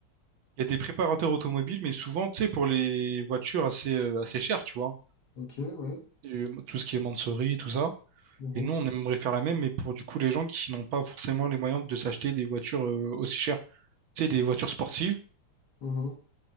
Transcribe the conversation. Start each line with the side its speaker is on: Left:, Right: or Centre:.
Right: il y a des préparateurs automobiles, mais souvent, tu sais, pour les voitures assez, euh, assez chères, tu vois,
Left: Ok, ouais.
Right: Et, euh, tout ce qui est Mansory, tout ça.
Left: Mhm,
Right: Et nous, on aimerait faire la même, mais pour du coup les gens qui n'ont pas forcément les moyens de s'acheter des voitures euh, aussi chères, tu sais, des voitures sportives,
Left: mhm.